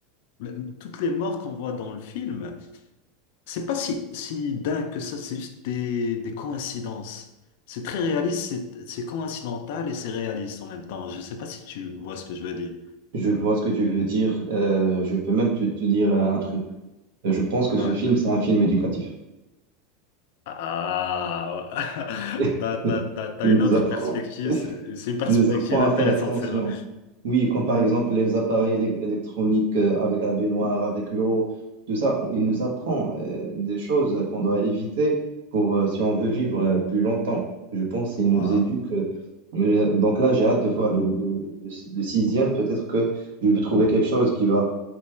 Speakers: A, on the left; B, on the right.
A: le- toutes les morts qu'on voit dans le film, c'est pas si si dingue que ça, c'est juste des, des coïncidences. C'est très réaliste, c'est c'est coïncidental et c'est réaliste en même temps. Je sais pas si tu vois ce que je veux dire.
B: je vois ce que tu veux dire. Euh, je peux même te, te dire un truc. Je pense que ce
A: Ouais.
B: film, c'est un film éducatif.
A: Ah,
B: <laughs>
A: ouais. <laughs> t'as, t'as, t'as, t'as
B: Il
A: une
B: nous
A: autre
B: apprend.
A: perspective, c'est c'est une perspective
B: Il nous apprend à
A: intéressante
B: faire attention.
A: celle-là.
B: Oui, comme par exemple les appareils élec- électroniques euh, avec la baignoire, avec l'eau, tout ça, il nous apprend euh, des choses qu'on doit éviter pour euh, si on veut vivre euh, plus longtemps. Je pense qu'il
A: Ouah.
B: nous éduque. euh, euh, donc là, j'ai hâte de voir le, le- le- si-, le sixième. Peut-être que je vais trouver quelque chose qui va,